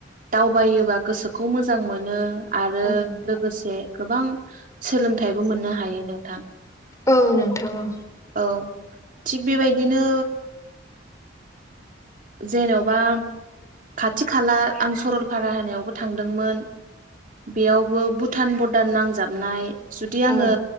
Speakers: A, on the right (about 45°); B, on the left (about 15°).
A: दावबायोबा गोसोखौ मोजां। मोजां मोनो आरो
B: औ नोंथां
A: लोगोसे गोबां सोलोंथाइबो मोननो हायो नोंथां।
B: औ नोंथां औ।
A: औ थिग बेबादिनो जेने'बा खाथि खाला आं सरलपारा होनायावबो थांदोंमोन बेयावबो भुटान बरडार नांजाबनाय जुदि
B: औ
A: आङो